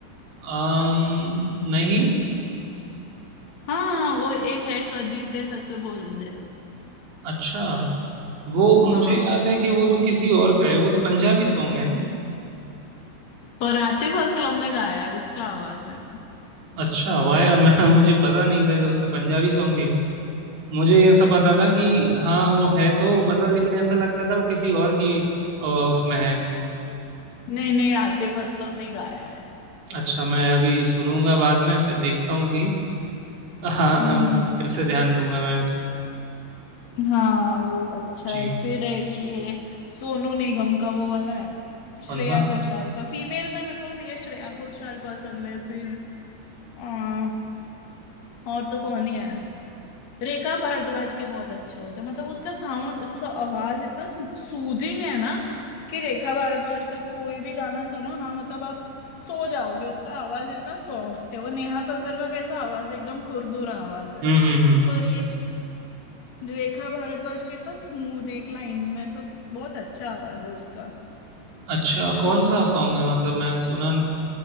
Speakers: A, on the right; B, on the left.
A: अम्म नहीं
B: हाँ वो एक है कदी ते हंस बोल दे
A: अच्छा वो मुझे
B: हाँ
A: याद
B: उसका
A: है कि वो तो किसी और का है वो तो पंजाबी सॉन्ग है ना
B: पर आतिफ असलम ने गाया है उसका आवाज है
A: अच्छा वाह यार मैं मुझे पता नहीं था कि उसने पंजाबी सॉन्ग भी है मुझे ये सब पता था कि हाँ वो है तो मतलब लेकिन ऐसा लगता था वो किसी और की अ, उसमें है
B: नहीं नहीं आतिफ असलम ने गाया है
A: अच्छा मैं अभी सुनूंगा बाद में फिर देखता हूँ कि <laughs> हाँ
B: हम्म
A: अम, फिर से ध्यान दूंगा मैं इस-
B: हाँ वो अच्छा
A: जी
B: है फिर एक ये सोनू निगम का वो वाला है श्रेया
A: कौन सा
B: घोषाल का फीमेल में मेरे को ये श्रेया घोषाल पसंद है फिर आ, और तो कौन ही है रेखा भारद्वाज के बहुत अच्छे होते हैं मतलब उसका साउंड आवाज इतना सूदिंग है ना कि रेखा भारद्वाज का कोई भी गाना सुनो ना मतलब आप सो जाओगे उसका आवाज इतना सॉफ्ट है वो नेहा कक्कर का कैसा आवाज है एकदम खुरदुरा आवाज है
A: हम्म हम्म हम्म
B: पर ये रेखा भारद्वाज के इतना स्मूथ एक लाइन में ऐसा स- बहुत अच्छा आवाज है उसका
A: अच्छा कौन सा सॉन्ग है मतलब मैं सुना